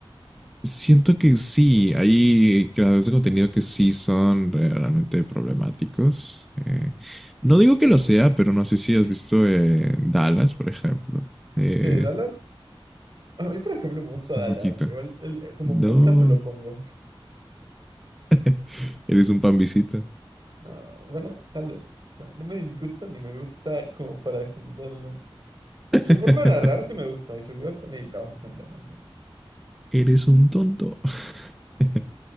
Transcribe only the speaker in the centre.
Siento que sí, hay creadores de contenido que sí son eh, realmente problemáticos. Eh, no digo que lo sea, pero no sé si has visto eh, Dallas, por ejemplo. Eh,
un poquito.
No,
<laughs> eres un pambisita.
<laughs>
Eres un tonto. <laughs>